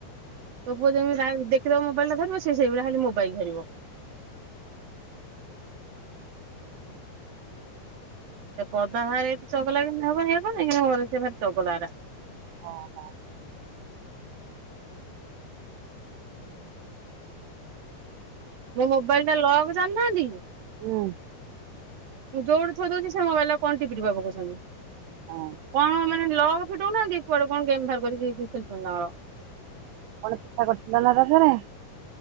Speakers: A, on the right (about 60°); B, on the right (about 85°).
A: ତୁ ପୁଅ ଯେମିତି ସାଙ୍ଗ ଦେଖିଦବ ମୋବାଇଲ ଟା ଧରିବ ସେ ସେଇଭଳି ଖାଲି ମୋବାଇଲ ଧରିବ। ସେ ପଦା ଭାରେ ଚଗଲା ବେଶି ହବନି <unintelligible> ସେ ଭାରି ଚଗଲା ଟା।
B: ହଁ, ହଁ।
A: ମୋ ମୋବାଇଲ ଟା ଲକ୍ ଜାଣିନାହାନ୍ତି
B: ହୁଁ
A: ଯୋଉଠି ଥୋଇ ଦଉଛି ସେ ମୋବାଇଲ କଣ ଟିପି ଟୁପା ପକଉଛନ୍ତି।
B: ହଁ।
A: କଣ ମାନେ ଲକ୍ ଫିଟଉନାହାନ୍ତି, କୁଆଡ଼େ କଣ ଗେମ୍ ବାହାର କରିକି ଖେଳୁଛନ୍ତି ତାଙ୍କର।
B: <unintelligible> ପିଠା କରିଥିଲ ନା ରଜରେ?